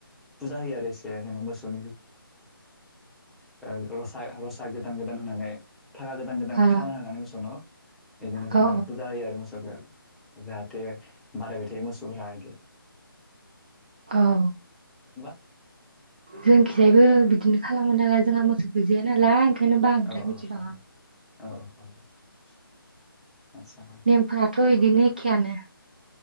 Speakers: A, in the centre; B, on the right.
A: फुजा होयो आरो एसे जेनबा बोसो <unintelligible> रसा गोदान गोदान होनानै फागा गोदान गोदान
B: आ
A: खाना होनानै मोसौनाव बिदिनो जोङो
B: औ
A: फुजा होयो आरो मोसौखौ जाहाथे मेथाइ मोसौ रागे
B: औ
A: <unintelligible>
B: जोंखिजायबो बिदिनो खालामो नालाय जोंहा मोसौ गैजाया नालाय ओंखायनो
A: औ
B: बांद्राय
A: औ
B: मिथिबाङा
A: औ औ औ आदसा
B: नेमफोराथ' एद दिनो एखेयानो